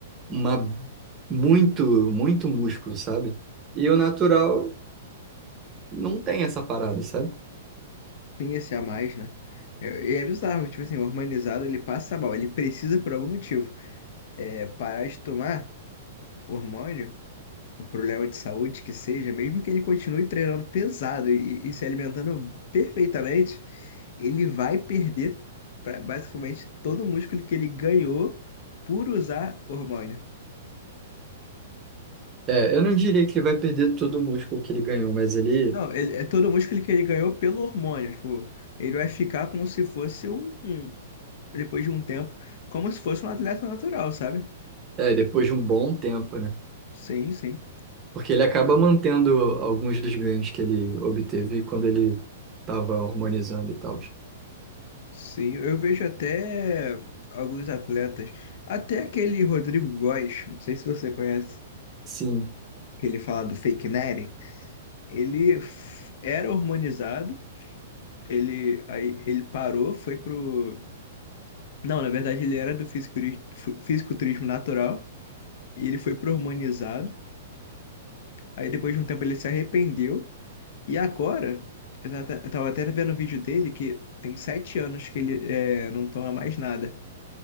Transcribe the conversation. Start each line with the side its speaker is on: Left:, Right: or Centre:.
Right: uma muito, muito músculo, sabe? E o natural não tem essa parada, sabe?
Left: tem esse a mais, né? É- E é, bizarro, tipo assim, o hormonizado ele passa mal, ele precisa por algum motivo é, parar de tomar o hormônio, por problema de saúde que seja, mesmo que ele continue treinando pesado e, e se alimentando perfeitamente, ele vai perder pra- basicamente todo o músculo que ele ganhou por usar hormônio.
Right: É, eu não diria que ele vai perder todo o músculo que ele ganhou, mas ele,
Left: Não, ele, é todo o músculo que ele ganhou pelo hormônio, tipo, ele vai ficar como se fosse um. depois de um tempo, como se fosse um atleta natural, sabe?
Right: é, depois de um bom tempo, né?
Left: Sim, sim.
Right: Porque ele acaba mantendo alguns dos ganhos que ele obteve quando ele estava hormonizando e tal.
Left: Sim, eu vejo até alguns atletas, até aquele Rodrigo Góes, não sei se você conhece,
Right: Sim.
Left: que ele fala do fake Nery, ele f- era hormonizado, ele aí ele parou, foi pro Não, na verdade ele era do fisiculturismo, fisiculturismo natural e ele foi pro hormonizado. Aí depois de um tempo ele se arrependeu E agora, eu ta- eu tava até vendo um vídeo dele que tem sete anos que ele é, não toma mais nada,